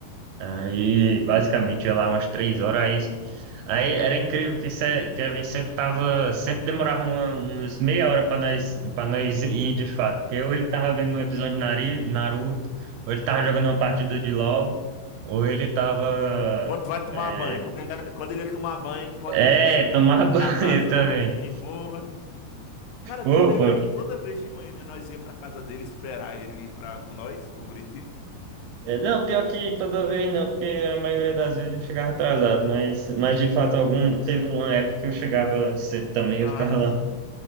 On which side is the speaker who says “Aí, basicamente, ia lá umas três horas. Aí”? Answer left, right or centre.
Right